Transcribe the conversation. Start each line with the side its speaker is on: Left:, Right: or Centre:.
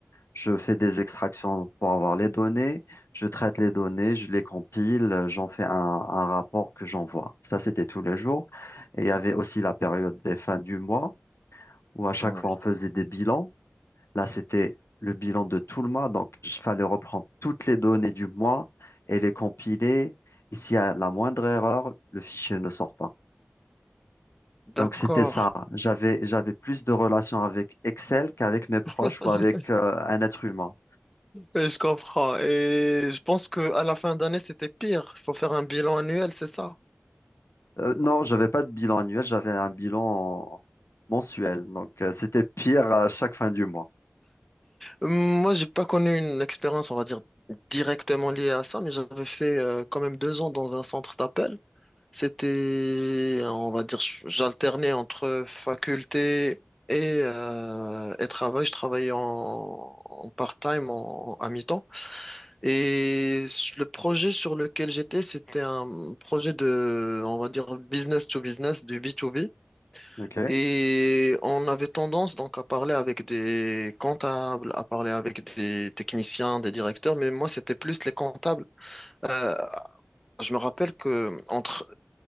Left: je fais des extractions pour avoir les données, je traite les données, je les compile, euh, j'en fais un, un rapport que j'envoie. Ça, c'était tous les jours. Et il y avait aussi la période des fins du mois où à chaque
Centre: Ah ouais.
Left: fois, on faisait des bilans. Là, c'était le bilan de tout le mois. Donc, il fallait reprendre toutes les données du mois et les compiler. Et s'il y a la moindre erreur, le fichier ne sort pas.
Centre: D'accord.
Left: Donc, c'était ça. J'avais, j'avais plus de relations avec Excel qu'avec mes proches
Centre: <laughs>
Left: ou avec euh, un être humain.
Centre: Je comprends. Et je pense que à la fin d'année, c'était pire. Il faut faire un bilan annuel, c'est ça?
Left: Euh, non, j'avais pas de bilan annuel, j'avais un bilan mensuel. Donc, euh, c'était pire à chaque fin du mois.
Centre: Moi, j'ai pas connu une expérience, on va dire, directement liée à ça, mais j'avais fait euh, quand même deux ans dans un centre d'appel. C'était, on va dire, j'alternais entre faculté et, euh, et travail. Je travaillais en, en part-time, en- à mi-temps. Et le projet sur lequel j'étais, c'était un projet de, on va dire, business to business, du b to b
Left: OK?
Centre: et on avait tendance donc à parler avec des comptables, à parler avec des techniciens, des directeurs, mais moi c'était plus les comptables. Euh, je me rappelle que entre